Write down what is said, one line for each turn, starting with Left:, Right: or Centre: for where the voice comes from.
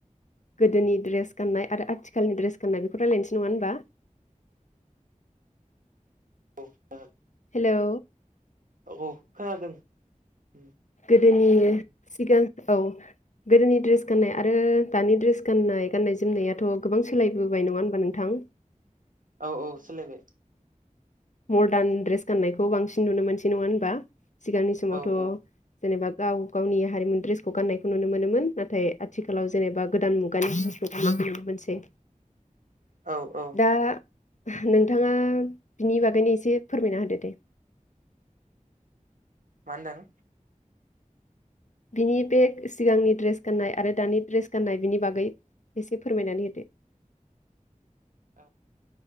Left: गोदोनि ड्रेस गाननाय आरो आथिखालनि ड्रेस गान्नाय बेफोरखौ रायज्लायनोसै नङा होमबा?
Right: <unintelligible>
Left: हेलौ
Right: औ खोनादों उम
Left: गोदोनि सिगां औ गोदोनि ड्रेस गाननाय आरो दानि ड्रेस गाननाय गाननाय जोमनायाथ गोबां सोलायबोबाय नङा होनबा नोंथां?
Right: औ औ सोलायबाय
Left: मदारन ड्रेस गान्नायखौ बांसिन नुनो मोनसै नङा होनबा? सिगांनि समावथ'
Right: औ औ
Left: जेनेबा गाव गावनि हारिमुनि ड्रेसखौ गाननायखौ नुनो मोनोमोन नाथाय आथिखालाव जेनेबा गोदान मुगानि फ्रेस गाननायखौ नुनो मोनसै
Right: औ औ
Left: दा नोंथाङा बिनि बागैनो एसे फोरमायना होदो दे।
Right: मा होनदों
Left: बिनि बे सिगांनि ड्रेस गान्नाय आरो दानि ड्रेस गान्नाय बिनि बागै एसे फोरमायनानै होदो
Right: औ